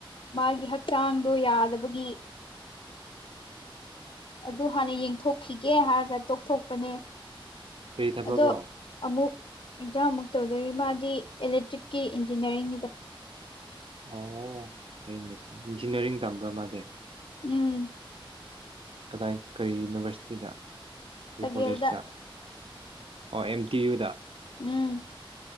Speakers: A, on the left; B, on the right.
A: ꯃꯥꯒꯤ ꯍꯛꯆꯥꯡꯗꯣ ꯌꯥꯗꯕꯒꯤ ꯑꯗꯨ ꯍꯥꯟꯅ ꯌꯦꯡꯊꯣꯛꯈꯤꯒꯦ ꯍꯥꯏꯔꯒ ꯇꯣꯛꯊꯣꯛꯄꯅꯦ
B: ꯀꯔꯤ ꯊꯕꯛꯔꯣ
A: ꯑꯗꯣ ꯑꯃꯨꯛ ꯑꯦꯛꯖꯥꯝ ꯑꯃꯨꯛ ꯇꯧꯗꯣꯔꯤ ꯃꯥꯗꯤ ꯑꯦꯂꯦꯛꯇ꯭ꯔꯤꯛꯀꯤ ꯏꯟꯖꯤꯅꯤꯌꯥꯔꯤꯡꯒꯤꯗ
B: ꯑꯣ ꯐꯣꯏꯅꯦ ꯏꯟꯖꯤꯅꯤꯌꯥꯔꯤꯡ ꯇꯝꯕ꯭ꯔꯥ ꯃꯥꯗꯤ
A: ꯎꯝ
B: ꯀꯗꯥꯏ ꯀꯔꯤ ꯌꯨꯅꯤꯚꯔꯁꯤꯇꯤꯗ ꯀꯈꯔꯤ
A: ꯇꯒꯦꯜꯗ
B: ꯀꯣꯂꯦꯖꯇ ꯑꯣ ꯑꯦꯝ ꯇꯤ ꯌꯨꯗ
A: ꯎꯝ